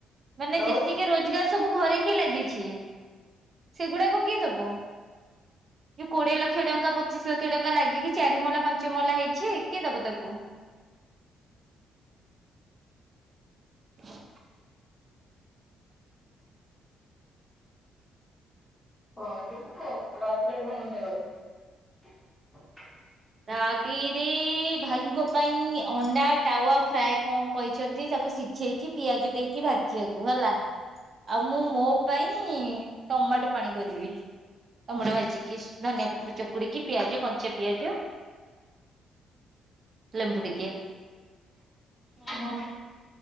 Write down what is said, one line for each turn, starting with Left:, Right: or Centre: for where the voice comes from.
Right: ମାନେ
Left: ଆଉ
Right: ଯେତିକି ରୋଜଗାର ସବୁ ଘରେ ହିଁ ଲାଗିଛି। ସେଗୁଡାକୁ କିଏ ଦବ ଯଉ କୋଡିଏ ଲକ୍ଷ ଟଙ୍କା ପଚିଶ ଲକ୍ଷ ଟଙ୍କା ଲାଗିକି ଚାରି ମହଲା ପାଞ୍ଚ ମହଲା ହେଇଚି କିଏ ଦବ ତାକୁ? <inaudible>
Left: ହଁ ରାତିରେ କଣ ରସେଇ କର?
Right: ରାତିରେ ଭାଇଙ୍କ ପାଇଁ ଅଣ୍ଡା ତାୱା ଫ୍ରାଏ କଣ କହିଚନ୍ତି ତାକୁ ସିଝେଇକି ପିଆଜ ଦେଇକି ଭାଜ ଜିବାକୁ ହେଲା ଆଉ ମୁଁ ମୋ ପାଇଁ ଟମାଟ ପାଣି କରିବି ଟମାଟ ଭାଜିିକି ଧନିଆ ପତ୍ର ଚକୁଡିକି ପିଆଜ କଞ୍ଚା ପିଆଜ ଲେମ୍ବୁ ଟିକେ
Left: ଓ ହୋ।